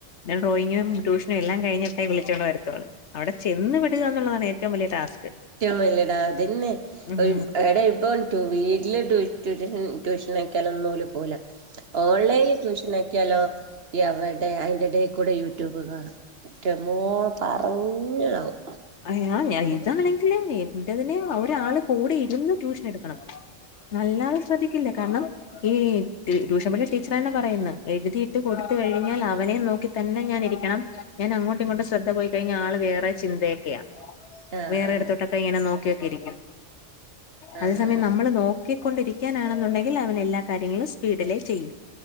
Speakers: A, on the left (about 65°); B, on the right (about 55°).
A: ഞാ ഡ്രോയിങ്ങും
B: ആഹ്
A: ട്യൂഷനും എല്ലാം കഴിഞ്ഞിട്ടെ വിളിച്ചോണ്ട് വരുത്തുള്ളു അവിടെ ചെന്ന് വിടുക എന്നുള്ളതാണ് ഏറ്റവും വലിയ ടാസ്ക്
B: ട്ട്യാളുല്ലടാ അതന്നെ
A: ഉം
B: ഒര് എടെ ഇപ്പൊ. ട്ടു വീട്ടില് ട്യൂ ട്യൂറ്റേഷൻ ട്യൂഷനാക്കിയാലൊന്നും ഓല് പോവൂല. ഓൺലൈനി ട്യൂഷനാക്ക്യാലോ എവടെ അയിന്റെടേകൂടെ യൂട്യൂബ് കാണും. ന്റ മ്മോ പറഞ്ഞാവും.
A: അയാ ഞാ
B: ഉം
A: ഇതാണെങ്കില് എൻന്റെതിന് ഒരാള് കൂടെ ഇരുന്ന്. ട്യൂഷനെടുക്കണം അല്ലാതെ ശ്രദ്ധിക്കില്ല കാരണം. ഈ ട്യൂഷൻപടിപി ടീച്ചറെന്നെ പറയുന്ന എഴുതിയിട്ട് കൊടുത്ത് കഴിഞ്ഞാൽ അവനെം നോക്കി. തന്നെ ഞാനിരിക്കണം ഞാൻ അങ്ങോട്ട് ഇങ്ങോട്ട് ശ്രദ്ധ പോയി കഴിഞ്ഞാ ആള് വേറെ ചിന്തയ ക്ക്യ
B: ആഹ്
A: വേറെടുത്തോട്ടൊക്കെ
B: ആഹ്
A: ഇങ്ങനെ നോക്കിയൊക്കെ ഇരിക്ക്യും അതേ
B: ആഹ്
A: സമയം
B: ആഹ്
A: നമ്മള് നോ ക്കിക്കൊണ്ടിരിക്ക്യാനാണെന്നുണ്ടങ്കിൽ അവൻ എല്ലാ കാര്യങ്ങളും സ്പീഡിലേ ചെയ്യും